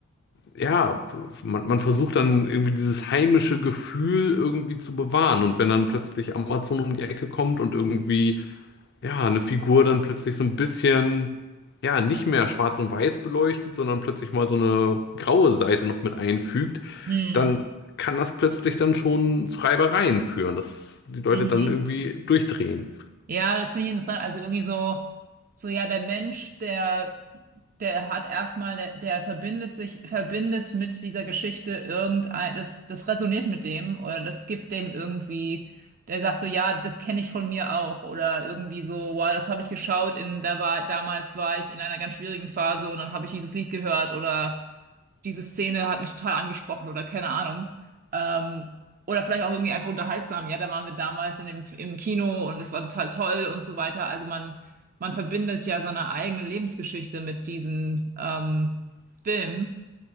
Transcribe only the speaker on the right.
Hm,
Mhm.
Ja, das finde ich interessant. Also irgendwie so, so ja, der Mensch, der, der hat erstmal, der, der verbindet sich, verbindet mit dieser Geschichte irgendein, das, das resoniert mit dem oder das gibt dem irgendwie, der sagt so, ja, das kenne ich von mir auch oder irgendwie so, wow, das habe ich geschaut in, da war, damals war ich in einer ganz schwierigen Phase und dann habe ich dieses Lied gehört oder diese Szene hat mich total angesprochen oder keine Ahnung. Ähm, oder vielleicht auch irgendwie einfach unterhaltsam. Ja, da waren wir damals in dem, im Kino und es war total toll und so weiter. Also man, man verbindet ja seine eigene Lebensgeschichte mit diesen ähm, Filmen